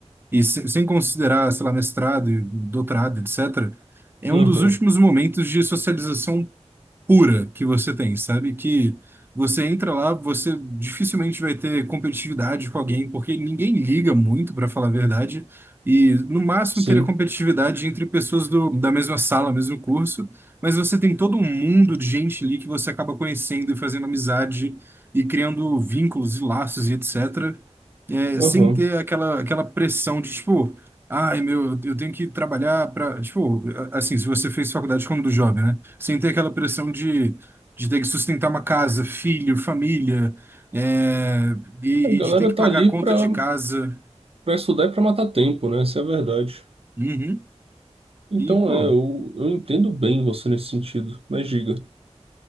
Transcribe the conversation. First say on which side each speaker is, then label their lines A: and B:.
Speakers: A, on the right; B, on the right.
A: e se- sem considerar, sei lá, mestrado, e doutorado, etc., é
B: Aham,
A: um dos últimos momentos de socialização pura que você tem, sabe? Que você entra lá, você dificilmente vai ter competitividade com alguém, porque ninguém liga muito, para falar a verdade, e no máximo
B: sim,
A: teria competitividade entre pessoas do, da mesma sala, mesmo curso, mas você tem todo um mundo de gente ali que você acaba conhecendo e fazendo amizade e criando vínculos e laços e etc sem
B: aham.
A: ter aquela, aquela pressão de, tipo, ai, meu, eu tenho que trabalhar para, tipo, a- assim, se você fez faculdade quando jovem, né? Sem ter aquela pressão de, de ter que sustentar uma casa, filho, família, é, e,
B: A galera
A: e de ter que pagar
B: tá ali
A: a conta
B: pra,
A: de casa.
B: pra estudar e pra matar tempo, né? Essa é a verdade.
A: Uhum.
B: Então,
A: E, pô,
B: é, eu, eu entendo bem você nesse sentido, mas diga.